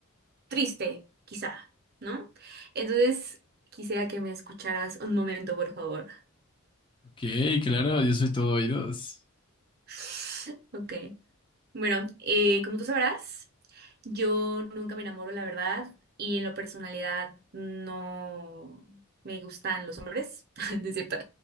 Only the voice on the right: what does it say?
triste, quizá, ¿no? Entonces, quisiera que me escucharas un momento, por favor.
<sighs> Ok. Bueno, eh, como tú sabrás, yo nunca me enamoro, la verdad, y en la personalidad no me gustan los hombres, <laughs> ¿no es cierto?